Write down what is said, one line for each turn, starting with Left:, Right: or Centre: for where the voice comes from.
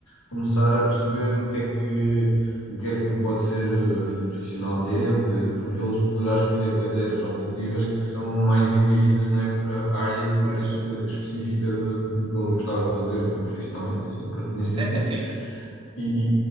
Left: começar a perceber o que é que o que é que pode ser eh, a vida profissional dele, e coisa, porque ele poderá escolher cadeiras optativas que são mais dirigidas, não é, para a área de interesse
Right: Pois.
Left: de- específica de, do que ele gostava de fazer, eh, profissionalmente assim, pronto. Nesse sentido,
Right: É, é sim.
Left: e,